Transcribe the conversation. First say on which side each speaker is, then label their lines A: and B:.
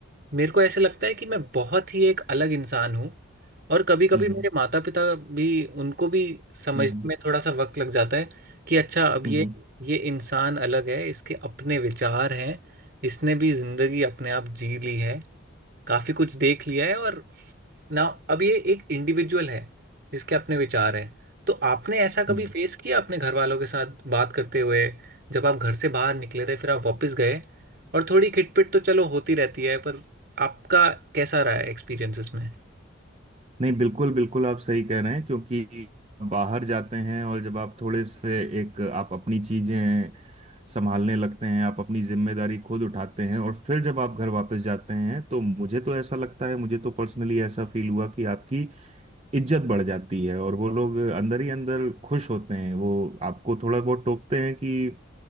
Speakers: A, on the right (about 50°); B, on the right (about 30°).
A: मेरे को ऐसे लगता है कि मैं बहुत ही एक अलग इंसान हूँ और कभी कभी
B: हम्म
A: मेरे
B: हम्म
A: माता पिता भी उनको भी समझने
B: हम्म हम्म।
A: में थोड़ा सा वक्त लग जाता है कि अच्छा अब
B: हम्म,
A: ये
B: हम्म,
A: ये इंसान अलग है इसके अपने विचार हैं इसने भी ज़िंदगी अपने आप जी ली है काफ़ी कुछ देख लिया है और नाउ अब ये एक इंडिविजुअल है जिसके अपने विचार हैं तो आपने ऐसा
B: हम्म।
A: कभी फेस किया अपने घर वालों के साथ बात करते हुए जब आप घर से बाहर निकले थे फिर आप वापस गए और थोड़ी खिटपिट तो चलो होती रहती है पर आपका कैसा रहा है एक्सपीरियंस इसमें
B: नहीं बिल्कुल बिल्कुल आप सही कह रहे हैं क्योंकि बाहर जाते हैं और जब आप थोड़े से एक आप अपनी चीजें संभालने लगते हैं आप अपनी जिम्मेदारी खुद उठाते हैं और फिर जब आप घर वापस जाते हैं तो मुझे तो ऐसा लगता है मुझे तो पर्सनली ऐसा फील हुआ कि आपकी इज्जत बढ़ जाती है और वो लोग अंदर ही अंदर खुश होते हैं वो आपको थोड़ा बहुत टोकते हैं कि